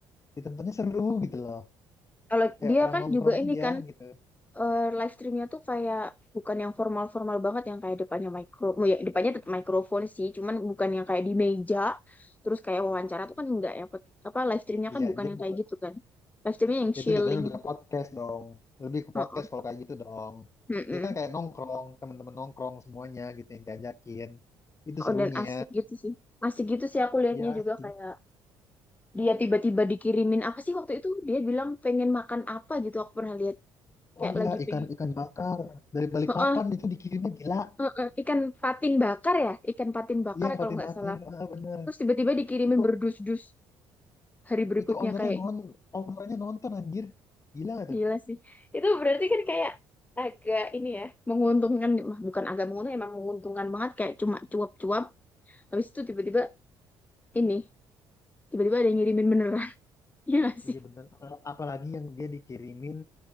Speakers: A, on the left; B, on the left.
A: ditontonnya seru gitu loh
B: kalau
A: kayak
B: dia
A: orang
B: kan
A: nongkrong
B: juga ini
A: aja
B: kan
A: gitu
B: eh, live streamnya tuh kayak bukan yang formal-formal banget yang kayak depannya mikro oh ya depannya tetap mikrofon sih cuman bukan yang kayak di meja terus kayak wawancara tuh kan enggak ya Pet- apa live streamnya
A: Iya
B: kan bukan
A: dia
B: yang
A: buka
B: kayak gitu kan live streamnya yang
A: itu
B: chilling
A: jatuhnya lebih ke podcast dong lebih ke
B: Heeh,
A: podcast kalau kayak gitu dong
B: heeh.
A: dia kan kayak nongkrong teman-teman nongkrong semuanya gitu yang diajakin itu
B: oh
A: serunya
B: dan asik gitu sih asik gitu sih aku liatnya
A: ya
B: juga
A: sih.
B: kayak dia tiba-tiba dikirimin apa sih waktu itu dia bilang pengen makan apa gitu aku pernah lihat kayak
A: oh
B: lagi
A: ya ikan
B: pengen
A: ikan bakar dari Balikpapan
B: Heeh,
A: itu dikirimnya gila
B: heeh. ikan patin bakar ya ikan patin bakar
A: iya
B: ya
A: Fatin
B: kalau nggak
A: Bakri
B: salah
A: ah, bener
B: terus tiba-tiba dikirimin
A: itu
B: berdus-dus hari berikutnya
A: itu ownernya
B: kayak
A: non ownernya nonton anjir gila gak tuh
B: gila sih itu berarti kan kayak agak ini ya menguntungkan Mah, bukan agak menguntungkan emang menguntungkan banget kayak cuma cuap-cuap habis itu tiba-tiba ini tiba-tiba ada yang ngirimin beneran <laughs> ya nggak sih
A: iya bener Apal- apalagi yang dia dikirimin